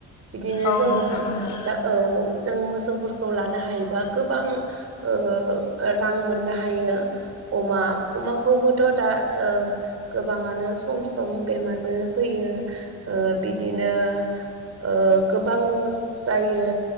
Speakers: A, on the right; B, on the left.
A: बिदिनो
B: औ
A: जोङो
B: नोंथां नंगौ
A: दा औ जों मोसौफोरखौ लानो हायोबा गोबां ओ रां मोननो हायो। अमा अमाखौबोथ' दा ओ गोबाङानो सम सम बेमारबो फैयो। ओ बिदिनो ओ गोबां लस जायो